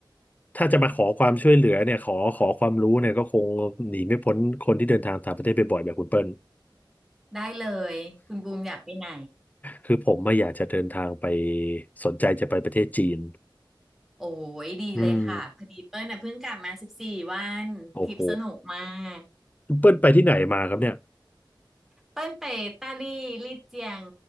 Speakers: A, on the left (about 20°); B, in the centre.
A: ถ้าจะมาขอความช่วยเหลือเนี่ยขอขอความรู้เนี่ยก็คงหนีไม่พ้นคนที่เดินทางต่างประเทศปบ่อยๆแบบคุณเปิ้ล
B: ได้เลยคุณบูมอยากไปไหน
A: คือผมมาอยากจะเดินทางไปสนใจจะไปประเทศจีน
B: โอ้ยดีเลยค่ะพอดีเปิ้ลน่ะเพิ่งกลับมาสิบสี่วันทริปสนุกมาก
A: อืมโอ้โหคุณเปิ้ลไปที่ไหนมาครับเนี่ย
B: เปิ้ลไปตาลี่ลี่เจียง